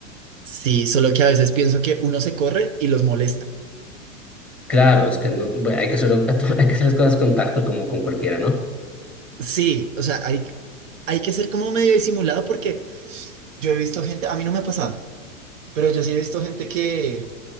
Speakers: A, on the right; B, in the centre.
A: sí, solo que a veces pienso que uno se corre y los molesta.
B: Claro, es que no, bueno, hay que hacerlo, <laughs> hay que hacer las cosas con tacto como con cualquiera, ¿no?
A: Sí, o sea, hay, hay que ser como medio disimulado porque yo he visto gente, a mí no me ha pasado, pero yo sí he visto gente que